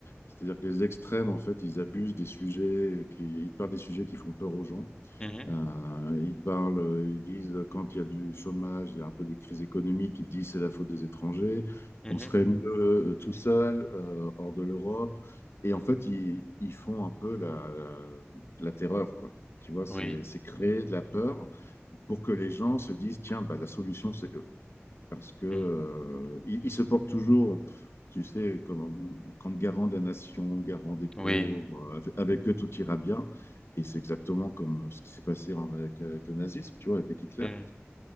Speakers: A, on the left; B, on the left.
A: C'est-à-dire que les extrêmes, en fait, ils abusent des sujets, qui, ils parlent des sujets qui font peur aux gens.
B: Mhm,
A: Euh, ils parlent, euh, ils disent euh, quand il y a du chômage, il y a un peu des crises économiques, ils disent c'est la faute des étrangers,
B: mhm,
A: on serait mieux euh, tout seul, euh, hors de l'Europe. Et en fait, ils, ils font un peu la, la, la terreur, quoi. Tu vois,
B: Oui,
A: c'est c'est créer de la peur pour que les gens se disent, tiens, bah, la solution, c'est eux parce que euh,
B: mhm,
A: il, il se porte toujours, tu sais, comme, comme garant de la nation, garant des pauvres,
B: oui,
A: avec, avec eux tout ira bien. Et c'est exactement comme ce qui s'est passé en- avec, avec le nazisme, tu vois, avec Hitler.
B: mhm.